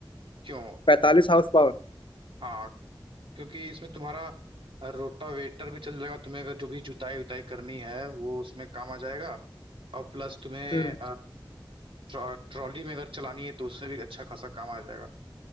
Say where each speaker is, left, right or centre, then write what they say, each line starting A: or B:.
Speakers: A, on the right; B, on the left.
A: क्यों
B: पैंतालीस हाउस पावर
A: हाँ क्योंकि इसमें तुम्हारा रोटावेटर भी चल जाएगा तुम्हें अगर जो भी जुताई उताई करनी है वो उसमें काम आ जाएगा और प्लस तुम्हें
B: हम्म
A: ट्रॉ- ट्रॉली में अगर चलानी है तो उसमें भी अच्छा खासा काम आ जाएगा